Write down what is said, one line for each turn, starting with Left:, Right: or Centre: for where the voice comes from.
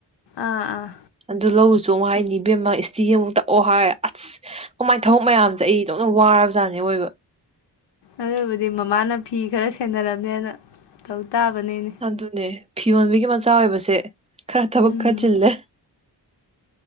Left: ꯑꯥ ꯑꯥ
Right: ꯑꯗꯨ ꯂꯧꯔꯨ ꯆꯣꯡ ꯑꯃꯨꯛ ꯍꯥꯏꯅꯤꯕꯦꯝꯃ ꯏꯁꯇꯤꯒꯤ ꯑꯃꯨꯛ ꯇꯛ ꯑꯣ ꯍꯥꯏ ꯑꯁ ꯀꯃꯥꯏ ꯊꯕꯛ ꯃꯌꯥꯝꯁꯦ ꯑꯩ ꯇꯧꯅ ꯋꯥꯔꯕꯖꯥꯠꯅꯦ ꯑꯣꯏꯕ
Left: ꯑꯗꯨꯕꯨꯗꯤ ꯃꯃꯥꯅ ꯐꯤ ꯈꯔ ꯁꯦꯟꯅꯔꯝꯅꯦꯅ ꯇꯧ ꯇꯥꯕꯅꯤꯅꯦ
Right: ꯑꯗꯨꯅꯦ ꯐꯤꯌꯣꯟꯕꯤꯒꯤ ꯃꯆꯥ ꯑꯣꯏꯕꯁꯦ ꯈꯥꯊ ꯄꯨ
Left: ꯎꯝ
Right: ꯀ ꯆꯂꯦ